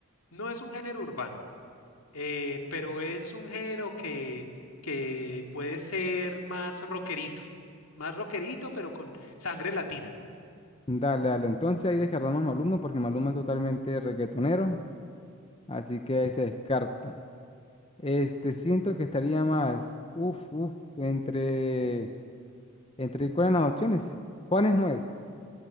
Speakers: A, on the left; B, on the left.
A: no es un género urbano, eh, pero es un género que, que puede ser más rockerito, más rockerito, pero con sangre latina.
B: Dale, dale. Entonces ahí descartamos a Maluma porque Maluma es totalmente reggaetonero. Así que ahí se descarta. Este, siento que estaría más, uff, uff, entre, entre, ¿cuáles son las opciones? Juanes no es,